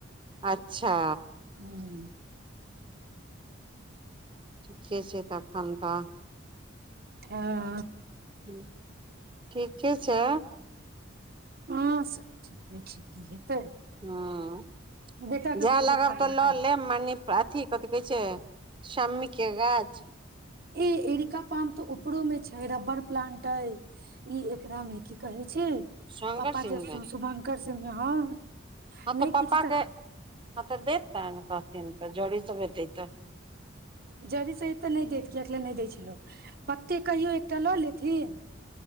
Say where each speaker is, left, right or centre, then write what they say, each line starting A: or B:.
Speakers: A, on the right; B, on the right.
A: अच्छा
B: हूँ
A: ठीके छै तखन तऽ
B: हँ
A: हूँ ठीके छै
B: हँ सब ठीके छै की हेतै
A: हँ
B: बेटा के
A: जाए
B: भेजू
A: लगब
B: खाना
A: तऽ लऽ
B: खाय
A: लेब मनी अथी कथी कहै छै समी के गाछ
B: ए एरिका पाम तो ऊपरो में छैय रब्बर प्लांट एय ई एकरा मे की कहे छैय
A: शंकर
B: पापा
A: सिंह
B: जे
A: मे
B: शुभंकर सिंह मे हऽ
A: हँ
B: नय
A: पप्पा
B: किछ तऽ
A: के हँ तऽ देतेन कहथिन तऽ जड़ी सब है तेय त
B: जड़ी सहित तऽ नय देत किएक नय दै छै लोको पत्ते कहियो एकटा लऽ लेथिन